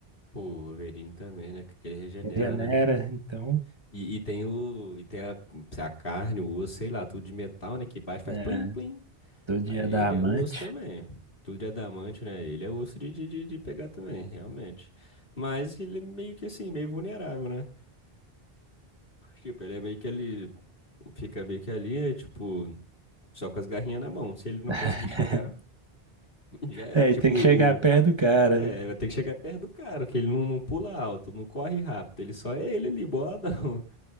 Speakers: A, on the left (about 60°); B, on the right (about 30°).
A: Pô, o Wolverine também, né? Que que ele regenera,
B: Ele
A: né?
B: era então.
A: E, e tem o. E tem a, a carne, o osso, sei lá, tudo de metal, né? Que bate, faz
B: é.
A: plim, plim.
B: Do dia
A: Aí
B: é da
A: ele
B: amante.
A: é osso também. Tudo de adamante, né? Ele é osso de, de, de de pegar também, realmente. Mas ele é meio que assim, meio vulnerável, né? Tipo, ele é meio que ele. Fica meio que ali, é tipo, só com as garrinhas na mão. Se ele não
B: <laughs>
A: conseguir chegar, <laughs> já era.
B: É,
A: Tipo,
B: e tem
A: o.
B: que chegar perto do cara,
A: É,
B: né?
A: vai ter que chegar perto do cara, que ele não, não pula alto, não corre rápido. Ele só é ele ali, boladão. <laughs>